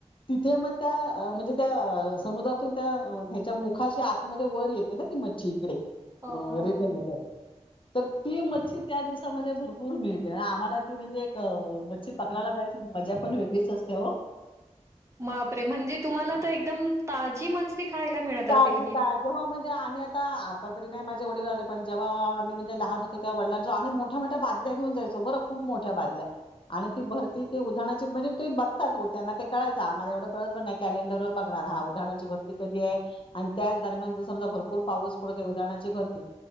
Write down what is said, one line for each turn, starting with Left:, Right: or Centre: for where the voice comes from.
Left: तिथे मग त्या म्हणजे त्या समुद्रातून त्या ह्याच्या मुखाशी आतमध्ये वर येते ना मच्छी इकडे
Right: हो, हो,
Left: रिटर्न
Right: हो.
Left: येतात तर ती मच्छी त्या दिवसामध्ये भरपूर मिळते आम्हाला ती म्हणजे एक मच्छी पकडाला जायची मजा पण वेगळीच असते हो
Right: बापरे म्हणजे तुम्हाला तर एकदम ताजी मच्छी मिळतात खायला मिळत
Left: ताजी
Right: असेल की
Left: ता जेव्हा म्हणजे आम्ही आता आता तरी नाही माझे वडील आले पण जेव्हा आम्हीणजे लहान होत तेव्हा माझ्या वडिलांच्या मोठमोठ्या घेऊन जायचो बर खूप मोठ्या बदल्या आणि ती भरती उद्यानाचे म्हणजे ते बगतात ओ त्यांना ते य आम्हाला एवढं कळत पण नाही कॅलेंडर बघणार हा उधाणाची भरती कधी आहे.. आणि त्याच दरम्यान जर समजा भरपूर पाऊस पडत उधाणाची भरती...